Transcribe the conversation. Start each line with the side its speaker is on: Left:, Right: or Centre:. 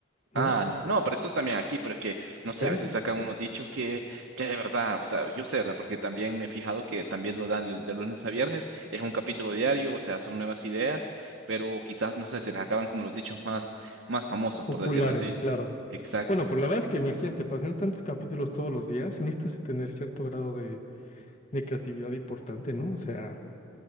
Left: ¿no?
Right: Ah, no, no, pero eso también aquí, pero es que, no sé,
Left: Sí.
Right: a veces sacan unos dichos que, que de verdad, o sea, yo sé, ¿verdad? Porque también me he fijado que también lo dan de lunes a viernes, es un capítulo diario, o sea, son nuevas ideas, pero quizás, no sé, se les acaban como los dichos más, más famosos,
Left: Populares,
Right: por decirlo así.
Left: claro.
Right: Exacto.
Left: Bueno, pues la verdad es que imagínate, para tener tantos capítulos todos los días, sí necesitas tener cierto grado de creatividad importante, ¿no? O sea,